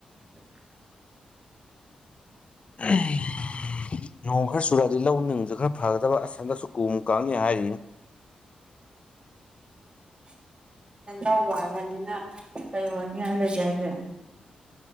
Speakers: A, on the left; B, on the right.
A: ꯑꯦ ꯅꯣꯡ ꯈꯔ ꯆꯨꯔꯛꯑꯗꯤ ꯂꯧ ꯅꯨꯡꯁꯨ ꯈꯔ ꯐꯒꯗꯕ ꯑꯁꯟꯗꯁꯨ ꯀꯨ ꯀꯥꯉ ꯍꯥꯏꯔꯤꯅꯤ <inaudible>
B: ꯀꯇ ꯋꯥ ꯍꯥꯏꯔꯕꯅꯤꯅ ꯀꯩ ꯋꯥꯅꯤ ꯍꯥꯏꯥꯏꯅ ꯂꯩꯒꯦ ꯍꯥꯏꯁꯦ